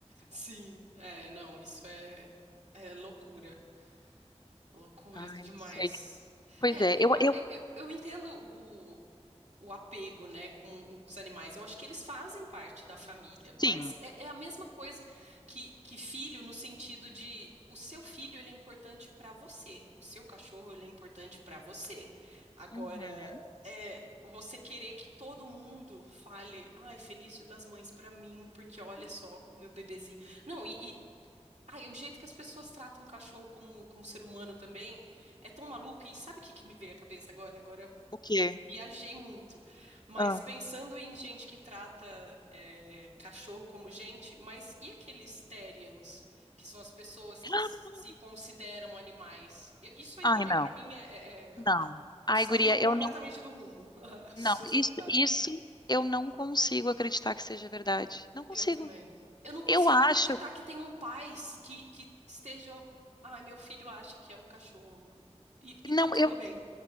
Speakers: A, on the right; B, on the left.
A: Sim. É, não, isso é, é loucura. Loucura
B: Ai,
A: demais.
B: não sei. Pois
A: É,
B: é,
A: eu,
B: eu,
A: a-
B: eu,
A: eu, eu eu entendo o apego, né, com os animais. Eu acho que eles fazem parte da família, mas
B: sim.
A: é, é a mesma coisa que, que filho, no sentido de o seu filho ele é importante para você, o seu cachorro ele é importante para você. Agora,
B: Uhum.
A: é, você querer que todo mundo fale, ai, feliz Dia das Mães para mim, porque olha só o meu bebezinho. Não, e, e ai, o jeito que as pessoas tratam o cachorro como, como ser humano também é tão maluco. E sabe o que que me veio à cabeça agora? Agora
B: O quê?
A: viajei muito. Mas
B: Ah.
A: pensando em gente que trata é, cachorro como gente, mas e aqueles terians, que são as pessoas que
B: <gasps>
A: s- se consideram animais? Eu- Isso aí
B: Ai,
A: também,
B: não,
A: para mim, é, é-
B: não.
A: é-
B: Ai,
A: saiu
B: guria,
A: completamente
B: eu não,
A: do rumo, <laughs> a
B: não.
A: sociedade.
B: Isso, isso eu não consigo acreditar que seja verdade. Não consigo.
A: Eu também. Eu não consigo
B: Eu acho.
A: acreditar que tenham pais que, que estejam. Ai, meu filho acha que é um cachorro. E, e
B: Não,
A: tá tudo
B: eu.
A: bem.